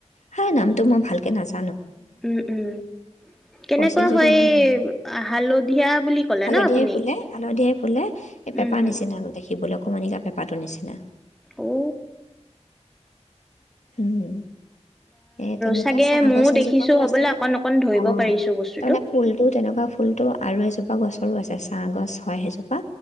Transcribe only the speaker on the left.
হা নামটো মই ভাল কে নাছ
কৈছিল যদিও
মানে মনত
হালধিয়াই
ফুলে হালধিয়াই ফুলে এই পেপাৰ
নিচিনা দেখিবলৈ অকণমানি কা পেপা টো নিচিনা
উম এ তেনেকুৱা
চাহ
গছ এজোপা
আছে
অ
তাৰ মানে ফুল টো তেনেকুৱা ফুলটো আৰু এজোপা এজোপা গছৰো আছে ছাঁ গছ হয় সেইজোপা